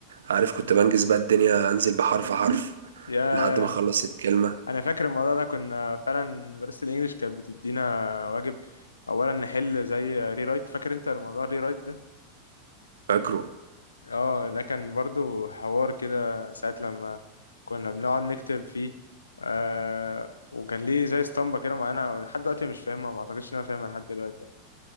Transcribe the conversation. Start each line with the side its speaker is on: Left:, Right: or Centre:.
Right: عارف كنت بنجز بقى الدنيا انزل بحرف حرف
Left: ياه
Right: لحد ما اخلص الكلمه
Left: انا فاكر الموضوع ده كنا فعلا مدرسة الانجليش كانت بتدينا واجب اولا نحل زي ري رايت فاكر انت الموضوع الري رايت ده
Right: فاكره
Left: اه ده كان برضو حوار كده ساعة لما كنا بنقعد نكتب فيه آه وكان ليه زي اسطمبة كده معانا لحد دلوقتي مش فاهمها ما اعتقدش ان انا فاهمها لحد دلوقتي يعني